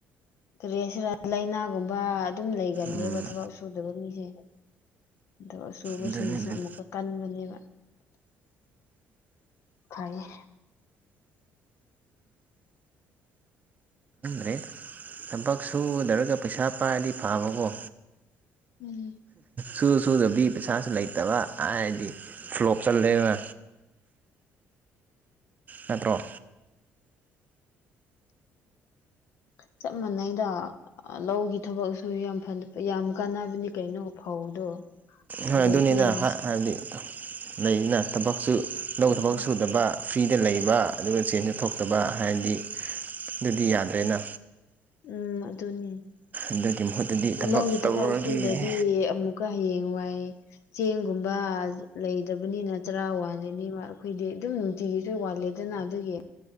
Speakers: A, on the left; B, on the right.
A: ꯀꯔꯤꯁꯤ ꯍꯥꯏꯁꯤꯔꯥ ꯂꯥꯏꯅꯥꯒꯨꯝꯕ ꯑꯗꯨꯝ ꯂꯩꯒꯜꯂꯦꯕ
B: ꯎꯝ
A: ꯊꯕꯛ ꯁꯨꯗꯕ ꯃꯤꯁꯦ ꯊꯕꯛ ꯁꯨꯕꯁꯤꯅꯁꯨ
B: ꯑꯗꯨꯅꯤ ꯑꯗꯨꯅꯤ
A: ꯑꯃꯨꯛꯀ ꯀꯟ ꯕꯅꯦꯕ ꯐꯩꯌꯦ
B: ꯔꯦ ꯊꯕꯛ ꯁꯨꯗꯔꯒ ꯄꯩꯁꯥ ꯄꯥꯏꯔꯗꯤ ꯐꯕꯀꯣ
A: ꯎꯝ
B: ꯁꯨ ꯁꯨꯗꯕꯤ ꯄꯩꯁꯥꯁꯨ ꯂꯩꯇꯕ ꯍꯥꯏꯗꯤ ꯐ꯭ꯂꯣꯞ ꯆꯠꯂꯦꯕ ꯅꯠꯇ꯭ꯔꯣ
A: <inaudible> ꯆꯞ ꯃꯥꯟꯅꯩꯗ ꯂꯧꯒꯤ ꯊꯕꯛꯁꯨ ꯌꯥꯝ ꯐ ꯌꯥꯝ ꯀꯥꯟꯅꯕꯅꯤ ꯀꯩꯅꯣ ꯐꯧꯗꯣ
B: ꯍꯣꯏ
A: ꯑꯗꯣ
B: ꯑꯗꯨꯅꯤꯅ
A: ꯑꯩꯈꯣꯏ
B: ꯍ ꯍꯥꯏꯕꯗꯤ ꯂꯩꯅ ꯊꯕꯛꯁꯨ ꯂꯧ
A: ꯎꯝ
B: ꯊꯕꯛ ꯁꯨꯗꯕ ꯐ꯭ꯔꯤꯗ ꯂꯩꯕ ꯑꯗꯨꯒ ꯆꯦꯟꯖꯨ ꯊꯣꯛꯇꯕ
A: ꯎꯝ
B: ꯍꯥꯏꯕꯗꯤ ꯑꯗꯨꯗꯤ ꯌꯥꯗ꯭ꯔꯦꯅ
A: ꯎꯝ ꯑꯗꯨꯅꯤ
B: ꯑꯗꯨꯒꯤ ꯃꯍꯨꯠꯇꯗꯤ
A: ꯂꯧꯒꯤ ꯊꯕꯛ
B: ꯇꯧꯔꯒꯦ
A: ꯁꯨꯗꯗꯤ ꯑꯃꯨꯛꯀ ꯍꯌꯦꯡ ꯋꯥꯢ ꯆꯦꯡꯒꯨꯝꯕ ꯂꯩꯇꯕꯅꯤꯅ ꯆꯔꯥ ꯋꯥꯜ ꯅꯤꯕ ꯑꯩꯈꯣꯏꯗꯤ ꯑꯗꯨꯝ ꯅꯨꯡꯇꯤꯒꯤꯁꯨ ꯋꯥꯠꯂꯤꯗꯅ ꯑꯗꯨꯒꯤ